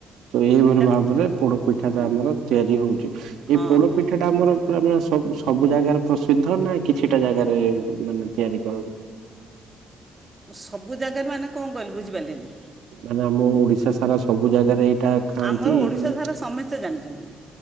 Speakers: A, on the right; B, on the right.
A: ତ ଏଇଭଳି
B: ସେଇଟା
A: ଭାବରେ ପୋଡ଼ପିଠା
B: ହଁ
A: ଟା ଆମର ତିଆରି ହଉଛି। ଏଇ
B: ହଁ
A: ପୋଡ଼
B: ହଁ
A: ପିଠା ଟା ଆମର ପୁରା ମାନେ ସବୁ ସବୁ ଜାଗାରେ ପ୍ରସିଦ୍ଧ ନା କିଛିଟା ଜାଗାରେ ମାନେ ତିଆରି କରନ୍ତି।
B: ସବୁ ଜାଗାରେ ମାନେ କଣ କହିଲ ବୁଝିପାରିଲିନି।
A: ମାନେ ଆମ ଓଡିଶା ସାରା ସବୁ ଜାଗାରେ ଏଇଟା ଖାଆନ୍ତି
B: ଆମର ଓଡ଼ିଶା
A: ନା
B: ସାରା ସମସ୍ତେ ଜାଣିଛନ୍ତି